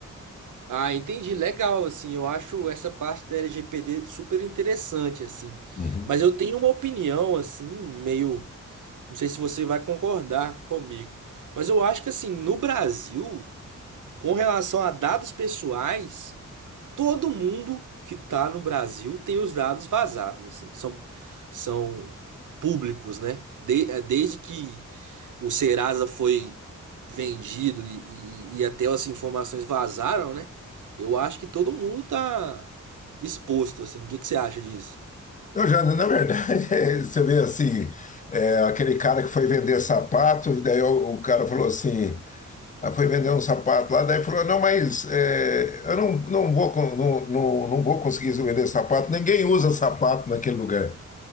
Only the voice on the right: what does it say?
Ah, entendi. Legal, assim, eu acho essa parte da LGPD super interessante, assim.
Mas eu tenho uma opinião, assim, meio. Não sei se você vai concordar comigo. Mas eu acho que, assim, no Brasil, com relação a dados pessoais, todo mundo que tá no Brasil tem os dados vazados, assim. São, são públicos, né? De- eh, desde que o Serasa foi vendido e, e- e até as informações vazaram, né? Eu acho que todo mundo tá exposto, assim. O que que você acha disso?